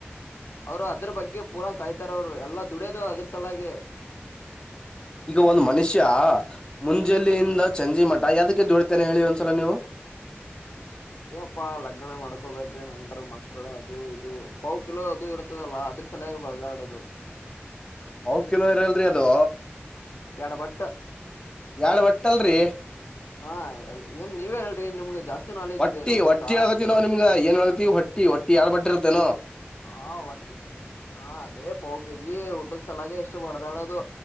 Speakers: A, on the left; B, on the left.
A: ಅವರು ಅದ್ರ ಬಗ್ಗೆ ಪೂರಾ ಸಾಯ್ತಾರ ಅವರು ಎಲ್ಲಾ ದುಡ್ಯೋದು ಅದ್ರ ಸಲಾಗೆ
B: ಈಗ ಒಂದು್ ಮನುಷ್ಯ ಮುಂಜಲ್ಲಿಿಯಿಂದ ಚಂಜಿ ಮಠ ಯದಕ್ಕೆ ಜದುಡಿತೇನೆ ಹೇಳಿ ಒಂದ್ಸಲ ನೀವು
A: ಅದೇ ಅಪ್ಪಾ ಲಗ್ನ ಮಾಡ್ಕೋಬೇಕ್ರ ಹೆಂಡರು ಮಕ್ಕಳು ಅದು ಇದು ಪವು ಕಿಲೋ ಅದು ಇರ್ತದಲ್ಲ ಅದ್ರ ಸಲಯಾಗಿ ಬರ್ದಾಡದು
B: ಹ ಕಿಲೋ ಇರಲ್ರರಿ ಅದು
A: ಎಡ ಬಟ್ಟ
B: ಯಾಳ್ ಒಟ್ಟಲ್ರಿ
A: ಹಾ ಏನ್ ನೀವೇ ಹೇಳ್ರಿ ನಿಮ್ಗೆ ಜಾಸ್ತಿ ನಾಲೆಜ್
B: ಹೊಟ್ಟಿ
A: ಇದೆ ನಮ್ಗಿಂತ
B: ಹೊಟ್ಟಿ ಹೇತವಿ ನಾವು ನಿಮ್ಗ ಏನ್ ಹೇತಿೀವಿ ಹೊಟ್ಟಿ ಹೊಟ್ಟಿ ಯಾಡ್ ಬಟ್ಟಿರ್ತವಿ ತ್ತನ
A: ಹ ಒಟ್ಟೆ ಹ ಅದೇ ಪಾವ ಕೆಜಿ ಊಟದ್ ಸಲಾಗ ಎಷ್ಟು ಹೊಡದಾಡ ದ